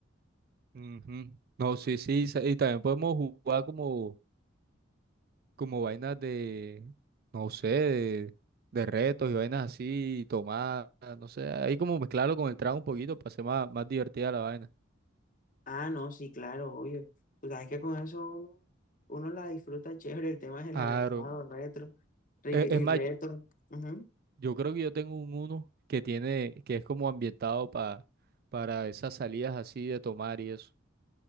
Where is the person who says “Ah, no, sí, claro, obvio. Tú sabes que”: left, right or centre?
Left